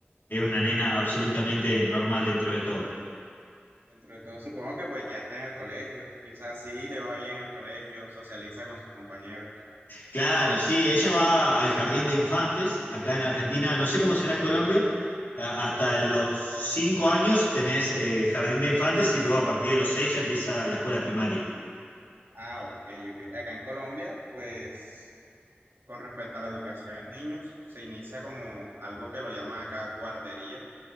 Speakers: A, on the left (about 60°); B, on the right (about 75°).
A: es una nena absolutamente normal dentro de todo.
B: Dentro de todo, supongo que pues ya está en el colegio. Y, o sea, sí le va bien el colegio, socializa con sus compañeros.
A: Claro, sí, ella va al jardín de infantes, acá en Argentina, no sé cómo será en Colombia, a- hasta
B: Bueno, en-
A: los cinco años tenés eh, jardín de infantes y luego a partir de los seis ya empieza la escuela primaria.
B: ah, ok, ok. Acá en Colombia, pues. Con respecto a la educación en niños, se inicia como algo que lo llaman acá guardería,